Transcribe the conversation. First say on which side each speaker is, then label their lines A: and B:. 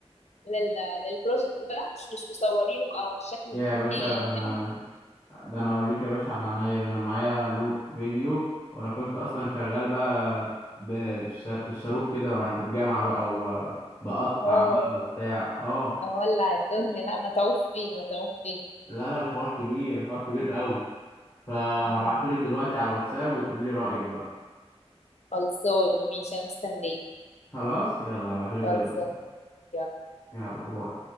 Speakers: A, on the left; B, on the left.
A: لل... للبروجكت ده مش مش مصورينه او الشكل
B: يا
A: النهائي
B: باشا ده
A: او
B: انا
A: كده
B: ده انا اوريك يا باشا على عينيا ده انا معايا له فيديو وانا كنت اصلا شغال بقى ب- بالس- بالصاروخ كده وانا في الجامعه بقى وبقطع
A: اه
B: بقى وبتاع اه
A: اولع الدنيا لا متعوب فيه متعوب فيه
B: لا ده الحوار كبير الحوار كبير قوي فهبعتهولك
A: مم.
B: دلوقتي على الواتساب وتقولي رايك بقى
A: خلصانه ماشي انا مستنيه
B: خلاص يلا هبعتهولك
A: خلصانه
B: دلوقتي
A: يلا.
B: يلا باي